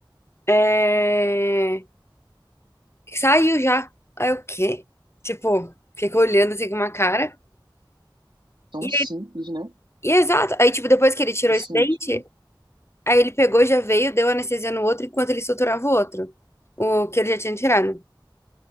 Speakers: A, on the left (about 30°); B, on the right (about 75°).
A: é... saiu já. Aí eu, o quê? Tipo, ficou olhando assim com uma cara.
B: tão
A: E,
B: simples, né?
A: e exato, aí tipo, depois que ele tirou
B: Assim,
A: esse dente.
B: tipo,
A: Aí ele pegou, já veio, deu anestesia no outro enquanto ele suturava o outro, o que ele já tinha tirado.